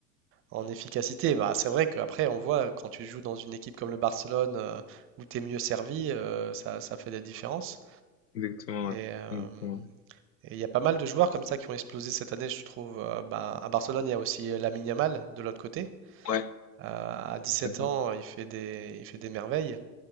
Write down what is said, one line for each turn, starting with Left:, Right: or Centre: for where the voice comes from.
Right: en efficacité, bah, c'est vrai qu'après, on voit quand tu joues dans une équipe comme le Barcelone euh, où tu es mieux servi, euh, ça, ça fait des différences.
Left: exactement, ouais,
Right: Et euh,
Left: exactement.
Right: et il y a pas mal de joueurs comme ça qui ont explosé cette année, je trouve. Euh, bah, à Barcelone, il y a aussi euh, Lamine Yamal de l'autre côté.
Left: Ouais,
Right: Euh, à 17
Left: tout à fait,
Right: ans, il fait des, il fait des merveilles.